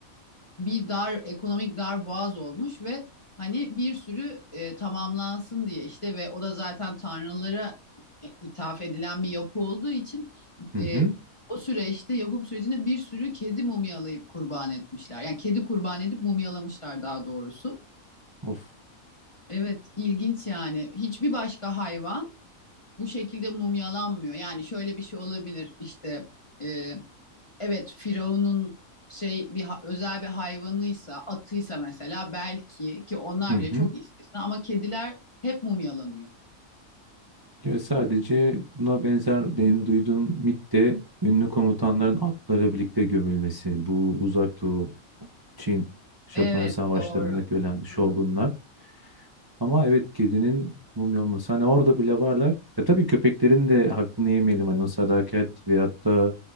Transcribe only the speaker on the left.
bir dar ekonomik dar boğaz olmuş ve hani bir sürü e, tamamlansın diye işte ve o da zaten tanrılara e, ithaf edilen bir yapı olduğu için
e, o süreçte yapım sürecinde bir sürü kedi mumyalayıp kurban etmişler. Yani kedi kurban edip mumyalamışlar daha doğrusu.
Evet, ilginç yani. Hiçbir başka hayvan bu şekilde mumyalanmıyor. Yani şöyle bir şey olabilir işte e, evet Firavun'un şey bir ha- özel bir hayvanıysa, atıysa mesela belki ki onlar
bile çok istisna ama kediler hep mumyalanıyor.
Evet,
doğru.
Hı
hı.